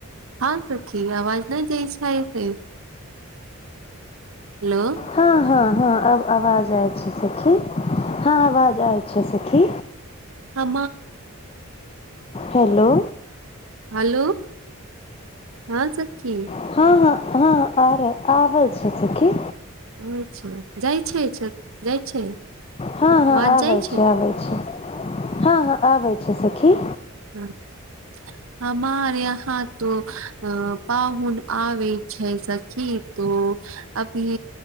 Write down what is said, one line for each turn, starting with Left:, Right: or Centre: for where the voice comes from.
Right: हँ सखी आवाज नै जइ छै से <inaudible> हेलो
Left: हँ हँ हँ आब आवाज आय छै सखी हँ आवाज आय छै सखी
Right: <unintelligible> हँ
Left: हेलो
Right: हेलो <inaudible> हँ सखी
Left: <unintelligible> आर आबल छै सखी
Right: होइ छै जाय छै जाय छै
Left: हँ हँ
Right: आवाज
Left: आब
Right: जाइ
Left: छै आ छै हँ हँ आब छै सखी
Right: <unintelligible> हमर यहाँ तो पाहुन आबै छै स खी तो अभी